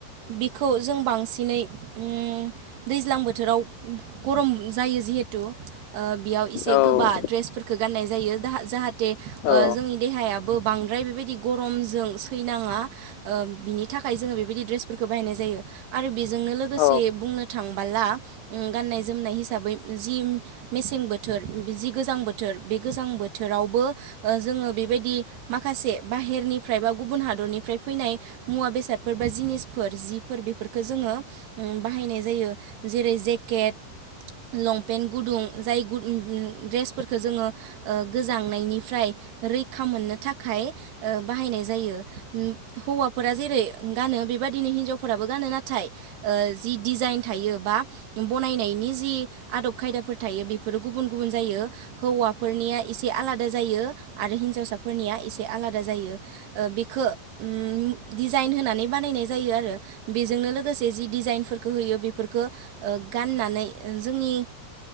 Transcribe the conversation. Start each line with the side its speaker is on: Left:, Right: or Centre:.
Right: बिखौ जों बांसिनै उम दैज्लां बोथोराव गरम जायो जिहेथु ओ बेयाव एसे
Left: औ
Right: गोबा ड्रेसफोरखौ गाननाय जायो जा जाहाथे
Left: औ
Right: जोंनि देहायाबो बांद्राय बेबायदि गरमजों सैनाङा ओ बिनि थाखाय जोङो बेबायदि ड्रेसफोरखौ बाहायनाय जायो आरो बेजोंनो लोगोसे
Left: औ
Right: बुंनो थांबोला उम गान्नाय जोमनाय हिसाबै जि मेसें बोथोर जि गोजां बोथोर बे गोजां बोथोरावबो ओ जोङो बेबायदि माखासे बाहेरनिफ्राय बा गुबुन हादर निफ्राय फैनाय मुवा बेसादफोर बा जिनिसफोर जिफोर बेफोरखौ जोङो उम बाहायनाय जायो जेरै जेकेट लंपेन्ट गुदुं जाय गुदुं गु दुं द्रेसफोरखौ जोङो गोजांनायनिफ्राय रैखा मोननो थाखाय ओ बाहायनाय जायो हौवाफोरा जेरै गानो बेबायदिनो हिनजावफोराबो गानो नाथाय ओ जि दिजाइन थायो बा बनायनायनि जि आदब खायदाफोर थायो बेफोरो गुबुन गुबुन जायो हौवाफोरनिया एसे आलादा आलादा जायो आरो हिनजावसाफोरनिया एसे आलादा जायो ओ बेखौ उम डिजाइन होनानै बानायनाय जायो आरो बेजोंनो लोगोसे जि डिजाइनफोर होयो बेफोरखौ गाननानै जोंनि